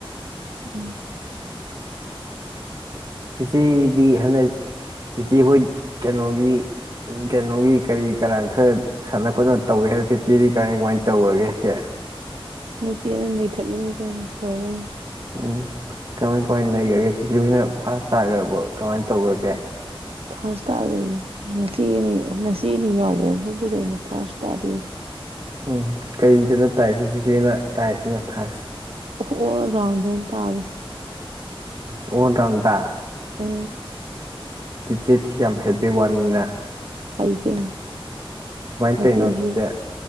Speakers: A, on the right; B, on the right.
A: ꯎꯝ
B: ꯆꯤꯆꯦꯗꯤ ꯍꯟꯗꯛ ꯆꯤꯆꯦ ꯍꯣꯏ ꯀꯩꯅꯣꯒꯤ ꯀꯩꯅꯣꯒꯤ ꯀꯔꯤ ꯀꯔꯥꯟ ꯈꯔ ꯁꯥꯟꯅ ꯈꯣꯠꯅ ꯇꯧꯏꯤ ꯍꯥꯏꯕ ꯆꯤꯆꯦꯗꯤ ꯀꯃꯥꯏ ꯀꯃꯥꯏꯅ ꯇꯧꯔꯒꯦꯁꯦ
A: ꯉꯁꯤ ꯑꯅ ꯅꯩꯊꯠꯂꯝꯃꯤ ꯀꯩꯅꯣ ꯂꯣꯏꯅꯃ
B: ꯎꯝ ꯀꯃꯥꯏ ꯀꯃꯥꯏꯅ ꯂꯩꯒ꯭ꯔꯒꯦ ꯆꯤꯆꯤ ꯍꯣꯏꯅ ꯐꯥꯔꯥꯁ ꯇꯥꯈꯕ ꯀꯃꯥꯏꯅ ꯇꯧꯒꯒꯦ
A: ꯐꯥꯔꯁ ꯇꯥꯗ꯭ꯔꯤꯌꯦ ꯉꯆꯦꯅꯤ ꯉꯆꯦꯅꯤ ꯌꯥꯎꯕ ꯃꯐꯝꯗꯨ ꯀꯩꯅ ꯐꯥꯔꯁ ꯇꯥꯗꯦꯔ
B: ꯎꯝ ꯀꯔꯤꯗꯅ ꯇꯥꯏ ꯁꯤ ꯁꯤꯆꯦꯅ ꯇꯥꯏꯁꯤꯅ ꯐꯥꯔꯁꯤ
A: ꯑꯣ ꯔꯥꯎꯗ ꯇꯔꯁ
B: ꯎꯝ ꯑꯣꯟ꯭ꯔꯗ
A: ꯎ
B: ꯗꯤ ꯊꯤ ꯌꯥꯝ ꯍꯩ ꯋꯥꯔꯅꯤꯅ
A: ꯍꯥꯏ ꯀꯅꯦ ꯉꯆꯦꯁꯤꯦ
B: ꯇꯧꯔꯤꯅꯣ ꯆꯤꯆꯦ